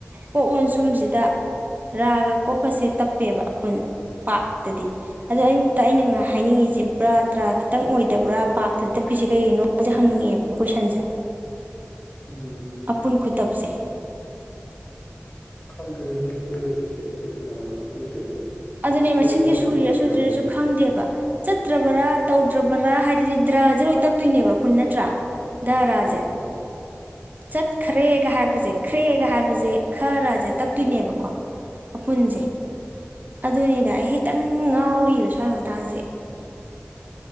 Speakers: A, on the right; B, on the left.
A: ꯀꯣꯛꯂꯣꯟ ꯁꯨꯝꯁꯤꯗ ꯔꯥꯒ ꯀꯣꯛꯀꯁꯦ ꯇꯞꯄꯦꯕ ꯑꯄꯨꯟ ꯄꯥꯔꯇꯗꯤ ꯑꯗꯣ ꯑ ꯑꯩꯅ ꯉ ꯍꯥꯏꯅꯤꯡꯉꯤꯁꯦ ꯕ꯭ꯔꯥ ꯇ꯭ꯔꯥ ꯈꯛꯇꯪ ꯑꯣꯏꯗꯕ꯭ꯔꯥ ꯄꯥꯛꯇꯗꯤ ꯇꯞꯄꯤꯁꯦ ꯀꯩꯒꯤꯅꯣꯁꯦ ꯍꯪꯅꯤꯡꯉꯛꯑꯦꯕ ꯀꯣꯏꯁꯟꯁꯦ
B: ꯎꯝ
A: ꯑꯄꯨꯟ ꯈꯨꯇꯞꯁꯦ
B: ꯈꯪꯗ꯭ꯔꯦ ꯍꯦ ꯃꯩꯇꯩ ꯃꯌꯦꯛꯀꯤꯁꯦ ꯑꯩꯈꯣꯏꯁꯨ ꯌꯥꯝ ꯃꯨꯟꯅ ꯈꯪꯗꯦ ꯑꯗꯣ
A: ꯑꯗꯨꯅꯦ
B: ꯑꯩꯅꯁꯨ
A: ꯃꯁꯤꯡꯖꯦ
B: ꯍꯪꯅꯤꯡꯕ
A: ꯁꯨꯔꯤꯔꯥ ꯁꯨꯗꯔꯤꯔꯁꯨ
B: ꯃꯌꯥꯝ ꯂꯩꯕꯅꯦ
A: ꯈꯪꯗꯦꯕ ꯆꯠꯇ꯭ꯔꯕꯔꯥ ꯇꯧꯗ꯭ꯔꯕꯔꯥ ꯍꯥꯏꯗꯨꯗꯤ ꯗ꯭ꯔꯖꯦ ꯑꯣꯏ ꯇꯞꯇꯣꯏꯅꯦꯕ ꯄꯨꯟ ꯅꯠꯇ꯭ꯔꯥ ꯗꯔꯥꯖꯦ
B: ꯎꯝ
A: ꯆꯠꯈ꯭ꯔꯦꯒ ꯍꯥꯏꯔꯛꯄꯁꯦ ꯈ꯭ꯔꯦꯒ ꯍꯥꯏꯔꯞꯄꯁꯦ ꯈ ꯔ ꯖꯦ ꯇꯞꯇꯣꯏꯅꯦꯕꯀꯣ ꯑꯄꯨꯟꯖꯦ ꯑꯗꯨꯅꯤꯗ ꯑꯩ ꯍꯤꯇꯪ ꯉꯥꯎꯔꯤꯕ ꯁ꯭ꯋꯥꯏ ꯃꯇꯥꯡꯁꯦ